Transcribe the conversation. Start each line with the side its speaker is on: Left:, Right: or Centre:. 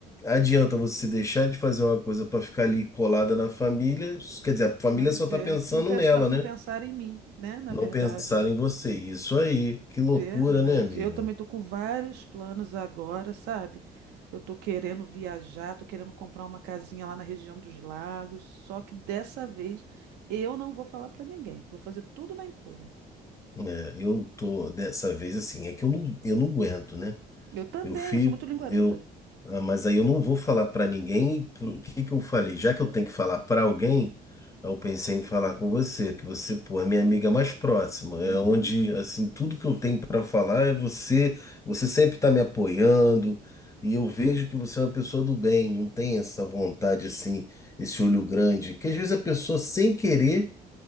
Left: Adianta você deixar de fazer uma coisa para ficar ali colada na família, quer dizer, a família
Right: pois
Left: só está
Right: é.
Left: pensando
Right: Não penso,
Left: nela,
Right: mas não
Left: né?"
Right: pensar em mim, né? Na
Left: Não
Right: verdade.
Left: pensar
Right: ó.
Left: em você. Isso aí. Que loucura,
Right: Verdade.
Left: né, amiga?
Right: Eu também tô com vários planos agora, sabe? Eu tô querendo viajar, tô querendo comprar uma casinha lá na região dos lagos. Só que dessa vez eu não vou falar pra ninguém. Vou fazer tudo na encolha.
Left: É, eu tô dessa vez assim, é que eu não, eu não aguento, né?
Right: Eu também,
Left: Eu fico,
Right: eu sou muito linguaruda.
Left: eu, ah, mas aí eu não vou falar para ninguém. e pro- O que que eu falei? Já que eu tenho que falar para alguém, eu pensei em falar com você, que você, pô, é minha amiga mais próxima.
Right: Uhum,
Left: É onde, assim, tudo que eu tenho para falar é você. Você sempre está me apoiando e eu vejo que você é uma pessoa do bem. Não tem essa vontade assim, esse olho grande. Que às vezes a pessoa sem querer,